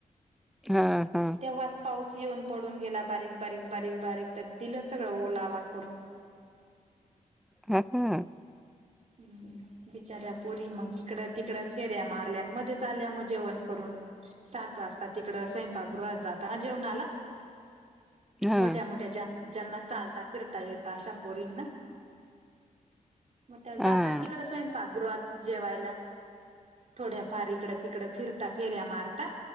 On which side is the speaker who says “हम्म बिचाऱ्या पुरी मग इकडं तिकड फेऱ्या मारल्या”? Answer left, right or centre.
Right